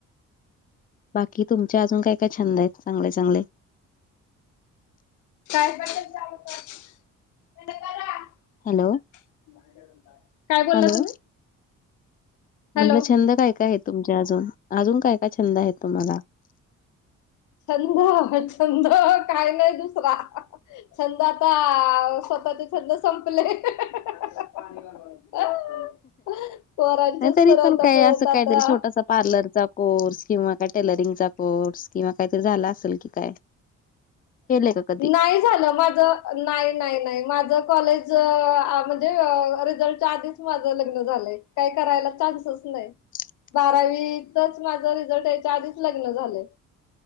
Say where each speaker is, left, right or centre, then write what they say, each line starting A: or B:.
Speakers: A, on the left (about 30°); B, on the left (about 75°).
A: बाकी तुमचे अजून काय-काय छंद आहेत चांगले-चांगले?
B: <unintelligible> काय
A: हॅलो
B: बोलला
A: हॅलो
B: तुम्ही? हॅलो
A: म्हटलं छंद काय-काय आहेत तुमचे अजून अजून काय काय छंद आहेत तुम्हाला?
B: छंद हा छंद काही नाही दुसरा. छंद आता स्वतःचे छंद संपले. <unintelligible> पोरांचेच
A: नाही तरी
B: पुरवता
A: पण काय
B: पुरवता
A: असं काहीतरी
B: आता
A: छोटासा पार्लरचा कोर्स किंवा काय टेलरिंगचा कोर्स किंवा काहीतरी झाला असेल. की काय केले का कधी
B: नाही झाला माझ नाही नाही माझा कॉलेज आ म्हणजे रिझल्टच्या आदी च माझं लग्न झालंय काय करायला चान्सच नाय.
A: <unintelligible>
B: बारावीतच माझं रिझल्ट याच्या आधीच लग्न झालय.